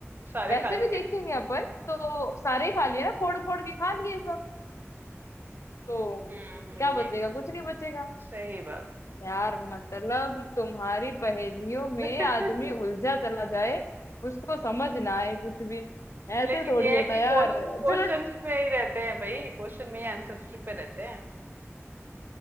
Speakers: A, on the right; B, on the left.
A: सारे
B: वैसे
A: खा लिए
B: भी देखेंगे अपन तो सारे ही खा लिए ना फोड़ फोड़ के खा लिए सब तो
A: हम्म हम्म,
B: क्या
A: ये
B: बचेगा
A: है
B: कुछ नहीं बचेगा
A: सही बात
B: यार मतलब तुम्हारी पहेलियों में
A: <laughs>
B: आदमी उलझा चला जाए उसको समझ ना आए कुछ भी ऐसे
A: लेकिन
B: थोड़ी
A: ये
B: होता
A: है कि
B: है यार
A: क्वेश्चंस
B: चलो
A: में ही रहते हैं भाई क्वेश्चन में ही आंसर्स पे रहते हैं